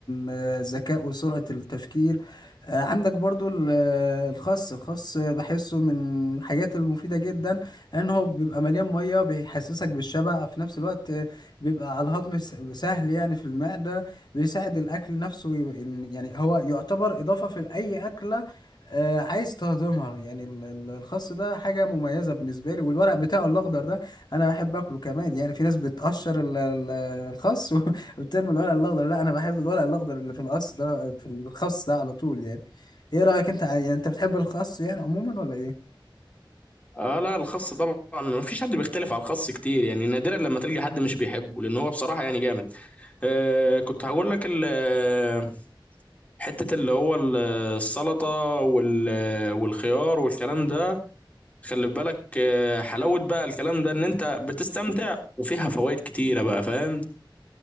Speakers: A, on the left; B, on the left.
A: آه، الذكاء وسرعة التفكير آه، عندك برضو ال- آه، الخس الخس بحسه من الحاجات المفيدة جدا لان هو بيبقى مليان مية بيحسسك بالشبع في نفس الوقت بيبقى على الهضم س- سهل يعني في المعدة بيساعد الأكل نفسه ي- إن- يعني هو يعتبر إضافة في أي أكلة آه، عايز تهضمها يعني ال- ال- الخس ده حاجة مميزة بالنسبة لي والورق بتاعه الأخضر ده أنا بحب أكله كمان يعني في ناس بتقشر ال- ال- الخس <laughs> وبترمي الورق الأخضر لا أنا بحب الورق الأخضر اللي في القص ده في الخس ده على طول يعني إيه رأيك أنت ع- يعني أنت بتحب الخس يعني عموما ولا إيه؟
B: اه لا الخس طبعا ما فيش حد بيختلف على الخس كتير يعني نادرا لما تلقى حد مش بيحبه لان هو بصراحه يعني جامد آه كنت هقول لك ال- آه، حته اللي هو ال- آه، السلطه وال- آه، والخيار والكلام ده خلي بالك آه، حلاوة بقى الكلام ده ان انت بتستمتع وفيها فوائد كتيرة بقى فاهم